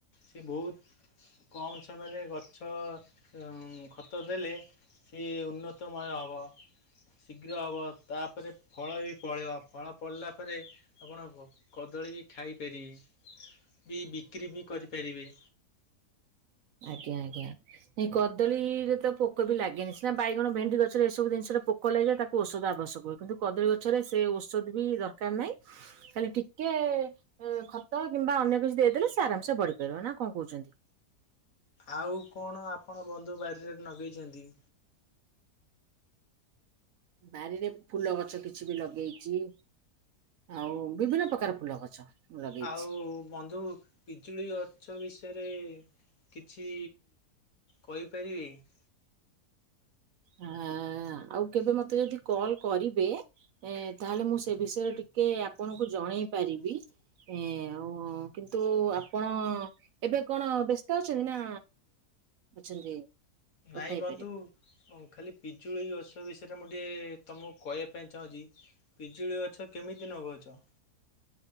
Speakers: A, on the left (about 65°); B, on the right (about 65°).
A: ସେ ବହୁତ କମ ସମୟରେ ଗଛ ଉଁ ଖତ ଦେଲେ ସିଏ ଉନ୍ନତମୟ ହେବ। ଶୀଘ୍ର ହେବ, ତାପରେ ଫଳ ବି ପଳିବ ଫଳ ପଳିଲା ପରେ ଆପଣ କଦଳୀ ବି ଖାଇପାରିବେ ବି ବିକ୍ରି ବି କରିପାରିବେ।
B: ଆଜ୍ଞା ଆଜ୍ଞା। ନାଇଁ କଦଳୀରେ ତ ପୋକ ବି ଲାଗେନି ସିନା ବାଇଗଣ ଭେଣ୍ଡି ଗଛରେ ଏସବୁ ଜିନିଷରେ ପୋକ କ ଲାଗିଲେ ତାକୁ ଔଷଧ ଆବଶ୍ୟକ ହୁଏ କିନ୍ତୁ କଦଳୀ ଗଛରେ ସେ ଔଷଧ ବି ଦରକାର ନାହିଁ। ଖାଲି ଟିକେ ଖତ କିମ୍ବା ଅନ୍ୟ କିଛି ଦେଇଦେଲେ ସେ ଆରାମସେ ବଢି ପାରିବ ନା କଣ କହୁଛନ୍ତି।
A: ଆଉ କଣ ଆପଣ ବନ୍ଧୁ ବାରିରେ ନଗେଇଛନ୍ତି।
B: ନାରିରେ ଫୁଲ ଗଛ କିଛି ବି ଲଗେଇଛି। ଆଉ ବିଭିନ୍ନ ପ୍ରକାର ଫୁଲ ଗଛ ଲଗେଇଛି।
A: ଆଉ ବନ୍ଧୁ ପିଜୁଳି ଗଛ ବିଷୟରେ କିଛି କହିପାରିବେ କି।
B: ହ ଆଉ କେବେ ମତେ ଯଦି କଲ କରିବେ ଏ ତାହେଲେ ମୁଁ ସେ ବିଷୟରେ ଟିକେ ଆପଣଙ୍କୁ ଜଣେଇ ପାରିବି। ଏଁ ଉଁ କିନ୍ତୁ ଆପଣ ଏବେ କଣ ବ୍ୟସ୍ତ ଅଛନ୍ତି ନା ଅଛନ୍ତି
A: ନାଇଁ
B: କଥା ହେଇପାରିବେ
A: ବନ୍ଧୁ ଖାଲି ପିଜୁଳି ଅସ ବେଶି ସେଥିରେ ମୁଁ ଟିକିଏ ତୁମକୁ କହିବା ପାଇଁ ଚାହୁଁଛି ପିଜୁଳି ଗଛ କେମିତି ନଗଉଛ